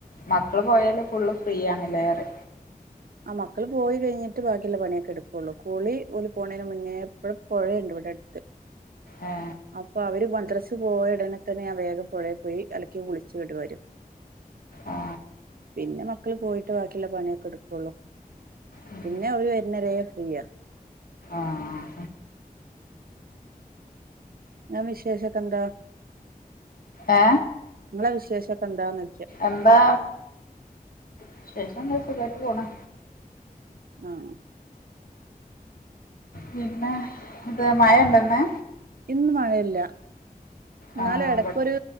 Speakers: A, on the left (about 70°); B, on the right (about 70°).
A: മക്കള് പോയല് ഫുള്ള് ഫ്രീ ആണ്ല്ലേ റെ
B: ആ മക്കള് പോയി കഴിഞ്ഞിട്ട് ബാക്കില്ല പണിയൊക്കെ എടുക്കൊള്ളൂ കുളി ഓല് പോണന് മുന്നേ എപ്പഴും പൊഴയിണ്ട് ഇവിടെ അടുത്ത്
A: ഏ
B: അപ്പൊ അവര് പ മദ്റസ് പോയ ഉടനെ തന്നെ ഞാൻ വേഗം പോഴേ പോയി അലക്കി കുളിച്ച് ഇങ്ങട്ട് വരും
A: ആ
B: പിന്നെ മക്കള് പോയിട്ട് ബാക്കില്ല പണിയൊക്കെ എടുക് കൊള്ളു
A: ഉം.
B: പിന്നെ ഒരു വരുന്നവരെ ഫ്രീയ
A: ആഹ
B: ഞാൻ വിശേഷക്കെന്താ
A: ഏ
B: നിങ്ങളെ വിശേഷൊക്കെന്താന്ന്
A: എന്താ വിശേഷങ്ങനെ സുഖായിട്ട് പോണ്
B: ആഹ
A: പിന്നെ ഇത് മഴ ഇണ്ടോ ഇന്ന്
B: ഇന്ന് മഴയില്ല ഇന്നാലും
A: ആ
B: എടക്കൊരു
A: ഇവിടെ-